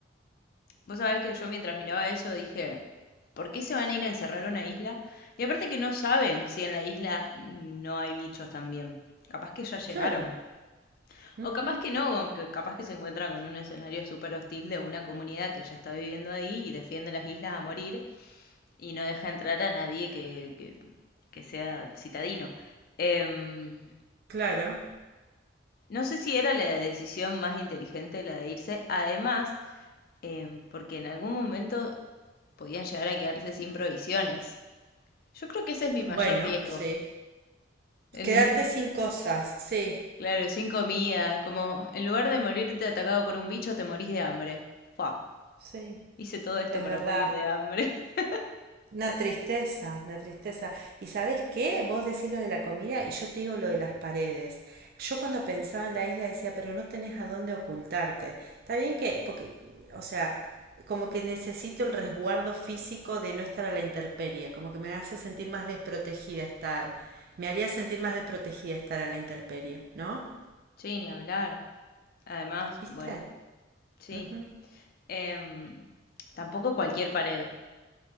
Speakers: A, on the left; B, on the right.
A: Vos sabés que yo mientras miraba eso dije, ¿por qué se van a ir a encerrar a una isla? Y aparte que no saben si en la isla no hay bichos también. Capaz que ya llegaron.
B: Claro, ujú,
A: O capaz que no, o que capaz que se encuentran con un escenario súper hostil de una comunidad que ya está viviendo ahí y defiende las islas a morir y no deja entrar a nadie que, que, que sea citadino. Em,
B: claro.
A: no sé si era la decisión más inteligente la de irse. Además, em, porque en algún momento podían llegar a quedarse sin provisiones. Yo creo que ese es mi
B: Bueno,
A: mayor riesgo.
B: sí.
A: El-
B: Quedarte sin cosas, sí,
A: <laughs> claro, sin comida, como en lugar de morirte atacado por un bicho, te morís de hambre. Fua,
B: sí.
A: hice todo esto
B: Es
A: para
B: verdad,
A: morir de hambre. <laughs>
B: una tristeza, una tristeza. ¿Y sabés qué? Vos decís lo de la comida y yo te digo lo de las paredes. Yo cuando pensaba en la isla decía, pero no tenés a dónde ocultarte. Está bien que, porque, o sea, como que necesito el resguardo físico de no estar a la intemperie, como que me hace sentir más desprotegida estar, me haría sentir más desprotegida estar a la intemperie, ¿no?
A: Sí, ni hablar. Además,
B: ¿Viste?
A: bueno, sí.
B: Ujú.
A: Em, tampoco cualquier pared.